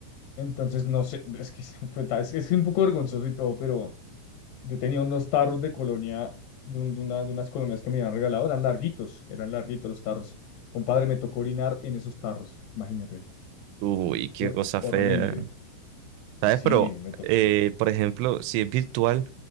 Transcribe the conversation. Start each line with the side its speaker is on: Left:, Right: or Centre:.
Left: Entonces, no sé, es que <laughs> fue ta- es, es un poco vergonzoso y todo, pero Yo tenía unos tarros de colonia, de, un- de una- de unas colonias que me habían regalado, eran larguitos, eran larguitos los tarros. Compadre, me tocó orinar en esos tarros, imagínate.
Right: Uy, qué
Left: Fue
Right: cosa fea.
Left: horrible.
Right: ¿Sabes?
Left: Sí,
Right: Pero,
Left: me to-
Right: eh, por ejemplo, si es virtual,